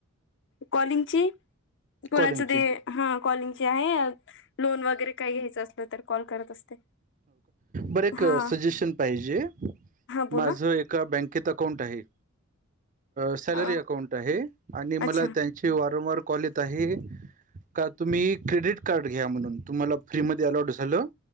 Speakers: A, on the left; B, on the right.
A: कॉलिंगची कोणाच
B: कॉलिंगची
A: दे हा कॉलिंगची आहे. लोन वगैरे काही घ्यायचं असलं तर कॉल करत असते.
B: बर
A: हा
B: सजेशन पाहिजे
A: हा बोला
B: माझं एका अउं आहे सलरी
A: अ,
B: अकाउंट आहे. आणि
A: अच्छा
B: मला त्यां ती वारंवार कॉल येत आहे. का तुम्ही क्रेडिट कार्ड घ्या म्हणून तुम्हाला फ्रीमध्ये अलॉट झालं.